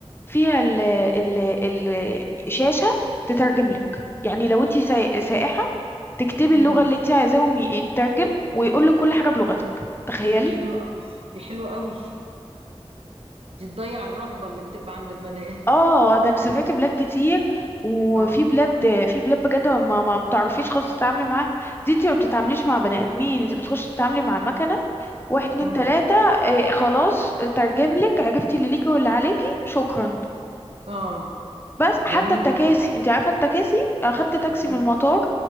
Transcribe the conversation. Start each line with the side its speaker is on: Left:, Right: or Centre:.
Left: فيها ال ال ال- الشاشة تترجم لك يعني لو انت سائحة تكتبي
Right: امم
Left: اللغة اللي انت عايزاهم ي- يترجم ويقول لك كل حاجة بلغتك تخيلي
Right: دي حلوة قوي دي حلوة قوي دي تضيع الرهبة اللي بتبقى عند البني آدم
Left: اه ده انا سافرت بلاد كتير وفي
Right: اه
Left: بلاد في بلاد بجد ما ما بتعرفيش خالص تتعاملي معاها دي انت ما بتتعامليش مع بني ادمين انت بتخش تتعاملي مع مكنة واحد اتنين
Right: امم
Left: تلاتة اه خلاص ترجم لك عرفتي اللي ليكي واللي عليكي شكرا
Right: اه
Left: بس حتى
Right: جميلة
Left: التكاسي
Right: قوي
Left: انت عارفة التكاسي اخدت تاكسي
Right: امم
Left: من المطار